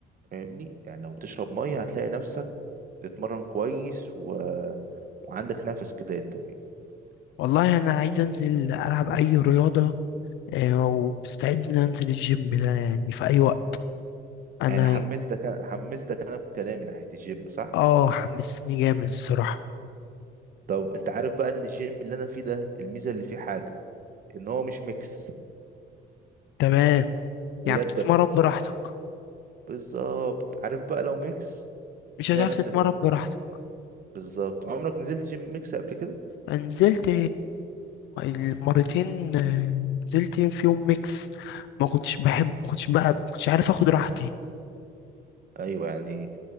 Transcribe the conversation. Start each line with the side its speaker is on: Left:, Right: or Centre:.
Right: فاهمني يعني لو بتشرب ميه هتلاقي نفسك بتتمرن كويس و... وعندك نفس كده للتمرين
Left: والله انا عايز انزل العب اي رياضه أه ومستعد ان انزل الجيم ده يعني في اي وقت انا
Right: يعني حمستك انا حمستك انا بكلامي ناحيه الجيم صح
Left: اه حمستني جامد الصراحه
Right: طب انت عارف بقى ان الجيم اللي انا فيه ده الميزه اللي فيه حاجه ان هو مش ميكس
Left: تمام
Right: ولاد
Left: يعني بتتمرن
Right: بس
Left: براحتك
Right: بالظبط عارف بقى لو ميكس
Left: مش
Right: تلاقي
Left: هتعرف
Right: نفسك
Left: تتمرن
Right: ايه؟
Left: براحتك
Right: بالظبط عمرك نزلت جيم ميكس قبل كده
Left: نزلت المرتين آه، نزلت فيهم ميكس ما كنتش بحب ما كنتش بقى ما كنتش عارف اخد راحتي
Right: ايوه يعني